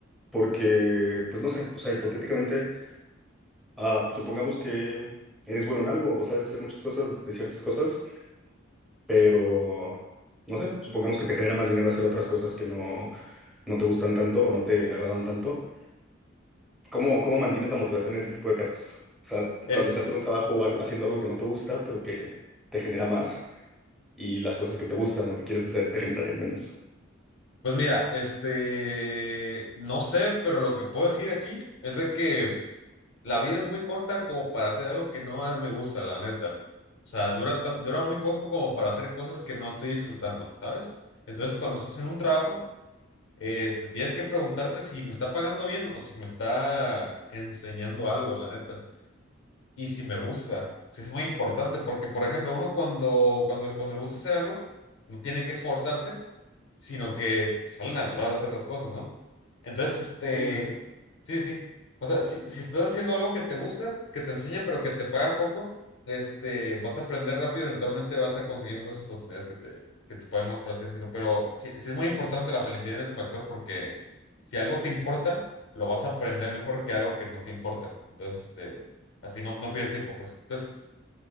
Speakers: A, in the centre; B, on the left.
A: Porque, pues no sé, o sea, hipotéticamente, ah, supongamos que eres bueno en algo o sabes hacer muchas cosas de ciertas cosas, pero, no sé, supongamos que te genera más dinero hacer otras cosas que no, no te gustan tanto o no te agradan tanto. ¿Cómo, cómo mantienes la motivación en ese tipo de casos? O sea,
B: Es,
A: cuando estás en un trabajo o algo- haciendo algo que no te gusta, pero que te genera más y las cosas que te gustan o que quieres hacer te generarían menos.
B: pues mira, este, no sé, pero lo que puedo decir aquí es de que la vida es muy corta como para hacer algo que no me gusta, la neta. O sea, dura, tan- dura muy poco como para hacer cosas que no estoy disfrutando, ¿sabes? Entonces, cuando estás en un trabajo Este, tienes que preguntarte si me está pagando bien o si me está enseñando algo, la neta y si me gusta. Sí, es muy importante porque, por ejemplo, uno cuando, cuando, cuando le gusta hacer algo, no tiene que esforzarse, sino que sale natural hacer las cosas, ¿no? Entonces, este,
A: sí sí sí.
B: sí, sí. O sea, si, si estás haciendo algo que te gusta, que te enseña, pero que te paga poco, este, vas a aprender rápido, eventualmente vas a conseguir mejores oportunidades que te, que te paguen más, por así decirlo. Pero sí, sí es muy importante la felicidad en ese factor porque si algo te importa, lo vas a aprender mejor que algo que no te importa. Entonces, este Así no, no pierdes tiempo, pues. Entonces,